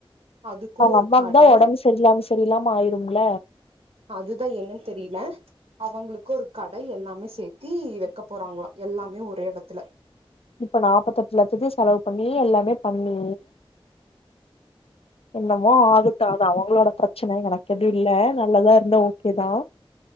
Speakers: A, on the right; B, on the left.
A: அதுக்கு
B: அவங்க
A: ஒரு
B: அம்மாவுக்குதா
A: கட
B: ஒடம்பு சரிலாம சரியிலாம ஆயிரும்ல
A: அதுதா என்னென்னு தெரியல அவுங்ளுக்கு ஒரு கடை எல்லாமே சேர்த்தி வெக்க போறாங்களா எல்லாமே ஒரே எடத்துல
B: இப்ப நாப்பத்தெட்டு லட்சத்தையு செலவு பண்ணி எல்லாமே பண்ணி என்னமோ ஆகட்டு அது அவங்களோட பிரச்சன எனக்கு எதும் இல்ல நல்லதா இருந்த ஓ கே தா